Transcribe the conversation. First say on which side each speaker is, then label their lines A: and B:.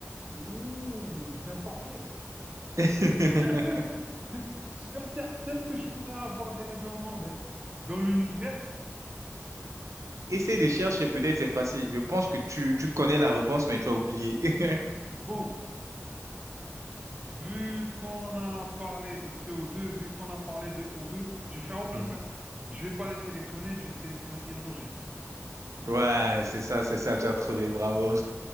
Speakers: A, on the right (about 20°); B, on the right (about 80°).
A: Ouh, c'est encore pire.
B: <laughs>
A: <laughs> Sur Terre, peut-être que je pourrais avoir des raisonnements, mais dans l'univers,
B: Essaye de chercher, peut-être c'est facile. Je pense que tu, tu connais la réponse, mais tu as oublié. <laughs>
A: bon, vu qu'on a parlé de CO2, vu qu'on a parlé de O2, je vais faire au pif,
B: Mhm.
A: hein. Je vais pas les sélectionner, je vais sélectionner hydrogène.
B: Ouais, c'est ça, c'est ça, tu as trouvé, bravo.